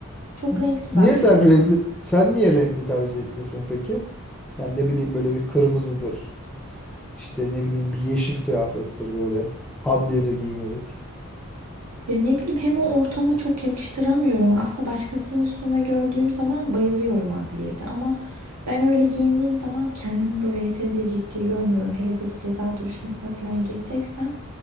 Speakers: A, on the right (about 80°); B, in the centre.
A: Çok
B: Y-
A: renksiz
B: Niye
A: aslında.
B: sen renkli sen niye renkli tercih etmiyorsun peki? Yani ne bileyim böyle bir kırmızıdır. İşte ne bileyim bir yeşil kıyafettir böyle. Adliye de giymelik.
A: Ya ne bileyim hem o ortama çok yakıştıramıyorum onu. Aslında başkasının üstüne gördüğüm zaman bayılıyorum adliyede ama ben öyle giyindiğim zaman kendimi böyle yeterince ciddi görmüyorum. Hele de bir ceza duruşmasına falan gireceksem